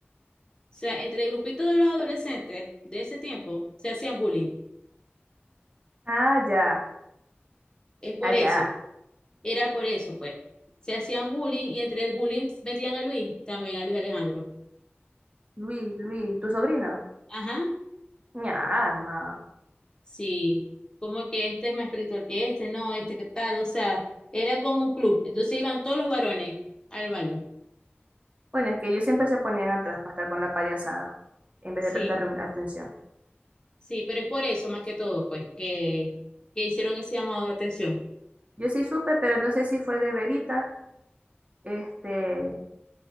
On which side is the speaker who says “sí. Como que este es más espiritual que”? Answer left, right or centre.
Left